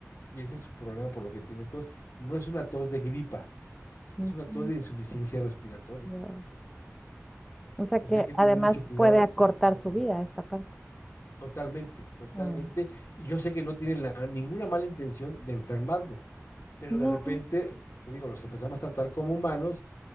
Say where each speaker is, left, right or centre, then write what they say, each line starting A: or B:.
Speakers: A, on the left; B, in the centre.
A: Y ese es su problema por lo que tiene tos. No es una tos de gripa,
B: mm,
A: es una tos
B: mm,
A: de insuficiencia respiratoria.
B: yo- O sea
A: Entonces
B: que
A: hay que
B: además
A: tener mucho cuidado,
B: puede acortar
A: mucho cuidado
B: su
A: con
B: vida
A: eso.
B: esta parte.
A: Totalmente, totalmente.
B: Mm.
A: Y yo sé que no tienen la- ninguna mala intención de enfermarlo, pero
B: No,
A: de repente, te digo, los empezamos a tratar como humanos